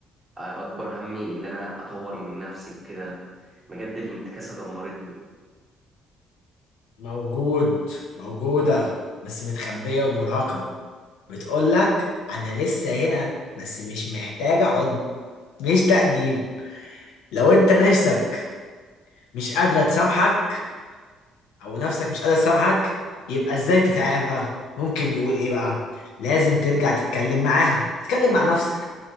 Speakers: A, on the right; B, on the left.
A: اكبر همي اللي انا اطور من نفسي وكده بجد الانتكاسه دمرتني
B: موجود موجودة بس متخبية ومرهقة بتقول لك انا لسه هنا بس مش محتاجة حضن مش تأنيب لو انت نفسك مش قادرة تسامحك او نفسك مش قادر تسامحك يبقى ازاي تتعافى ممكن نقول ايه بقى لازم ترجع تتكلم معاها اتكلم مع نفسك